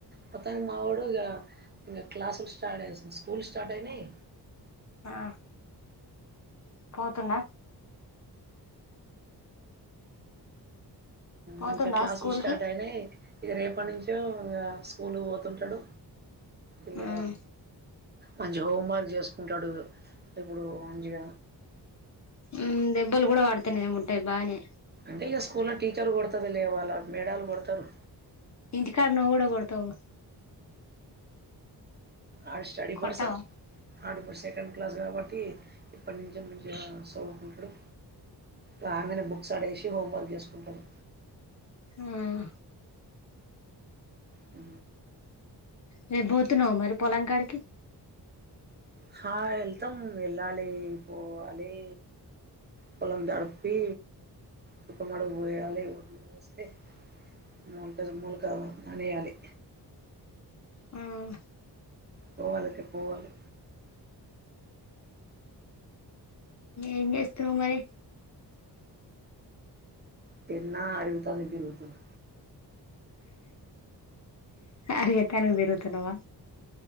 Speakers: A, on the right; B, on the left.
A: మొత్తానికి మా ఓడు ఇగ ఇంగ క్లాసులు స్టార్ట్ వస్ స్కూళ్లు స్టార్ట్ అయినయ్
B: ఆ పోతుండ పోతుండా
A: మంచిగా క్లాసులు
B: స్కూల్
A: స్టార్ట్
B: కి
A: అయినయ్ ఇగ రేపటి నుంచో ఇగ స్కూల్ పోతుంటాడు ఇగ
B: మ్మ్
A: మంచి హోమ్ వర్క్ చేసుకుంటాడు ఇప్పుడు మంజిగ
B: ఉ దెబ్బలు కూడా వాడతేనే ముట్ట బానే
A: అంటే ఇగ స్కూల్లో టీచర్ కొడతది లే వాళ్ళ మేడలు కొడతారు
B: ఇంటికాడ నువ్వు కూడా కొడతావు
A: ఆ స్టడీ
B: కొట్టవా
A: పర్సన్ అడిప్పుడు సెకండ్ క్లాస్ కాబట్టి ఇప్పటి నుంచే మంచిగా సవుకుంటడు రాగానే బుక్స్ ఆడేసి హోమ్వర్క్ చేసుకుంటాడు
B: మ్మ్
A: అ
B: రేప్ పోతున్నావా మరి పొలం కాడికి
A: హా వెళ్తాం వెళ్ళాలి పోవాలి కొలం తడుపి తుఖమా పోయాలి వస్తే మూలక మూలక అనేయాలి
B: ఆ
A: పోవాలకే పోవాలే
B: ఏం చేస్తున్నావు మరి
A: పెన్నా అడిగుతాది తిరుగుతది
B: అరిగ తనికి తిరుగుతునవా